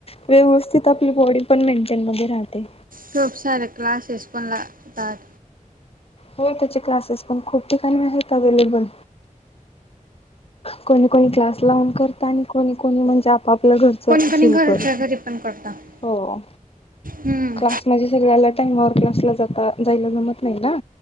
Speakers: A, on the left; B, on the right.
A: व्यवस्थित आपली बॉडी पण मेंटेन मध्ये राहते.
B: खूप सारे क्लासेस पण लागतात.
A: हो त्याचे क्लासेस पण खूप ठिकाणी आहेत अवेलेबल. कोणी कोणी क्लास लावून करत आणि कोणी कोणी म्हणजे, आप आपल्या घरचं
B: कोणी कोणी
A: सुरू
B: घरच्या
A: करतात
B: घरी पण करतात
A: हो.
B: हम्म
A: क्लास माझे सगळ्याला टाईमा वर क्लासला जात जायला जमत नाही ना.